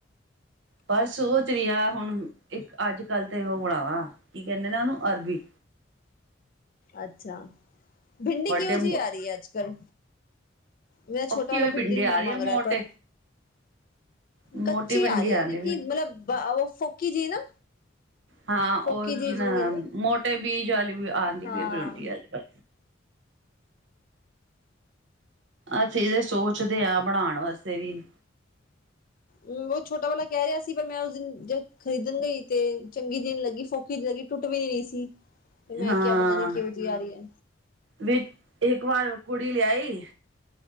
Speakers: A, on the right; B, on the left.
A: ਪਰ ਸੋਚ ਰਹੀ ਹਾ ਹੁਣ ਇੱਕ ਅੱਜ ਕੱਲ ਤੇ ਉਹ ਬਣਾਵਾ, ਕਹਣਦੇ ਨੇ ਉਹ ਨੂੰ ਅਰਬੀ।
B: ਅੱਛਾ, ਭਿੰਡੀ
A: ਵੱਡੇ
B: ਕਿਉਂ ਜਿਹੀ ਆ ਰਹੀ ਹੈ ਅੱਜ ਕਲ। ਮੇਰਾ ਛੋਟਾ
A: ਪੱਕੀ
B: ਵਾਲਾ
A: ਹੋਈ
B: ਭਿੰਡੀ
A: ਆ ਰਹੀ
B: ਮੰਗ
A: ਆ ਮੋਟੇ
B: ਰਿਹਾ ਪਰ।
A: ਮੋਟੀ
B: ਕੱਚੀ
A: ਭਿੰਡੀ
B: ਆ ਰਹੀ
A: ਆਉਂਦੀ
B: ਹੈ
A: ਪਈ
B: ਕਿ ਮਤਲਬ ਉਹ ਫੋਕੀ ਜਿਹੀ ਨਾ।
A: ਹਾਂ
B: ਫੋਕੀ
A: ਉਹ
B: ਜੀ
A: ਕੀ
B: ਜਿਵੇਂ
A: ਨਾ
B: ਕਹਿੰਦੇ
A: ਮੋਟੇ ਬੀਜ ਵਾਲੀ ਵੀ ਆਉਂਦੀ
B: ਨਾ
A: ਪਈ
B: ਹਾਂ
A: ਅੱਜ ਕੱਲ। ਅਸੀਂ ਤਾਂ ਸੋਚਦੇ ਆ ਬਣਾਉਣ ਵਾਸਤੇ ਵੀ।
B: ਹੂੰ, ਉਹ ਛੋਟਾ ਵਾਲਾ ਕਹਿ ਰਿਹਾ ਸੀ। ਪਰ, ਮੈਂ ਉਸ ਦਿਨ ਜਦੋਂ ਖਰੀਦਣ ਗਈ ਤੇ ਚੰਗੀ ਜੀ ਨਹੀਂ ਲੱਗੀ ਫੋਕੀ ਲੱਗੀ। ਟੁੱਟ ਵੀ ਨੀ ਰਹੀ ਸੀ, ਤੇ ਮੈਂ
A: ਹਾਂ
B: ਕਿਹਾ ਪਤਾ ਨੀ ਕਿਹੋ ਜਿਹੀ ਆ ਰਹੀ ਏ।
A: ਵੀ, ਇੱਕ ਵਾਰ ਕੁੜੀ ਲਿਆਈ